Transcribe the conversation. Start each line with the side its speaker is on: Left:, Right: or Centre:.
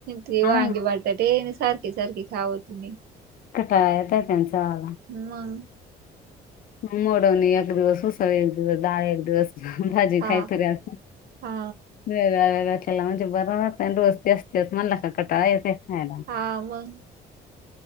Right: ते
Left: हा
Right: वांगी बटाटे सारखे सारखे खावती नई.
Left: कटाया येत त्यांचावाला.
Right: मगं.
Left: म मोडऊणी एक दिवस उसळ, एक दिवस दाळ, एक दिवस भाजी
Right: हा
Left: काहीतरी आता
Right: हा
Left: वेगळ्या वेगळ्या केला म्हणजे बर राहते आण रोज तेच तेच म्हणाला का कटाया येतोय खायला.
Right: हां मंग.